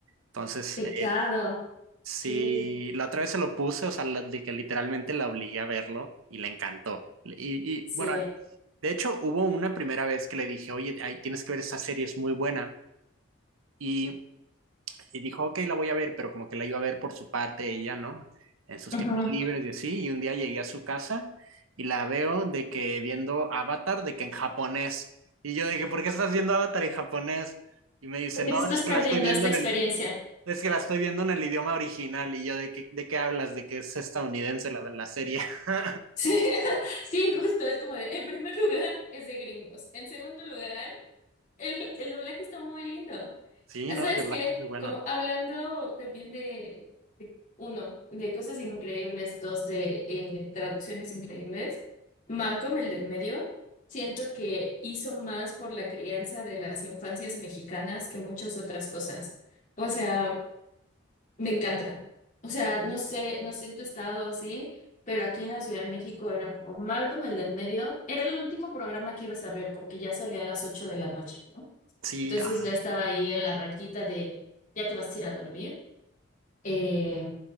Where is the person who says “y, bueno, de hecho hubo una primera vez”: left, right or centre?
Right